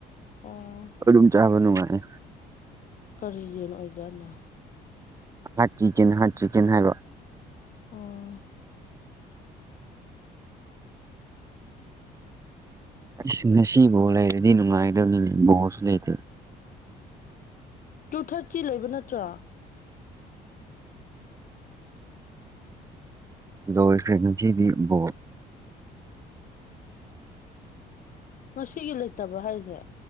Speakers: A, on the left; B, on the right.
A: ꯑꯥ
B: ꯑꯗꯨꯝ ꯆꯥꯕ ꯅꯨꯡꯉꯥꯏꯌꯦ
A: ꯀꯔꯤ ꯌꯦꯟ ꯑꯣꯏꯖꯥꯠꯅꯣ
B: ꯍꯥꯔꯠ ꯆꯤꯛꯀꯦꯟ ꯍꯥꯔꯠ ꯆꯤꯛꯀꯦꯟ ꯍꯥꯏꯕ
A: ꯑꯥ
B: ꯑꯁ ꯉꯁꯤ ꯕꯣꯜ ꯂꯩꯔꯗꯤ ꯅꯨꯡꯉꯥꯏꯗꯕꯅꯤ ꯕꯣꯜꯁꯨ ꯂꯩꯇꯦ
A: ꯇꯨ ꯊꯥꯔꯇꯤ ꯂꯩꯕ ꯅꯠꯇ꯭ꯔꯣ
B: ꯂꯣꯏꯈꯔ꯭ꯦ ꯉꯁꯤꯗꯤ ꯕꯣꯜ
A: ꯉꯁꯤꯒꯤ ꯂꯩꯇꯕ꯭ꯔꯣ ꯍꯥꯏꯔꯤꯁꯦ